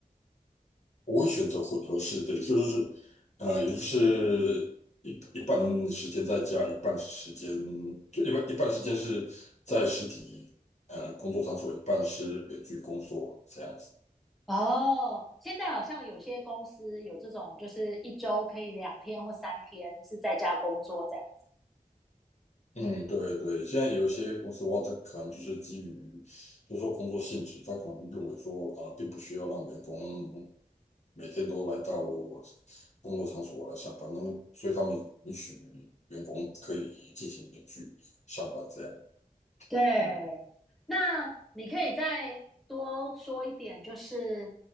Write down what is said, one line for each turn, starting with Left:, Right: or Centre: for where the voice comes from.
Left: 我会选择混合式的，也就是，呃，也就是一一半时间在家，一半时间就一半一半时间是在实体呃工作场所，一半是远距工作这样子。
Centre: 哦，现在好像有些公司有这种，就是一周可以两天或三天是在家工作这样。
Left: 嗯，对对，现在有一些公司的话，它可能就是基于，就是说工作性质，它可能认为说，啊、并不需要让员工每天都来到工作场所来上班，那么所以他们允许员工可以进行远距上班这样。
Centre: 对，
Left: 嗯。
Centre: 那你可以再多说一点，就是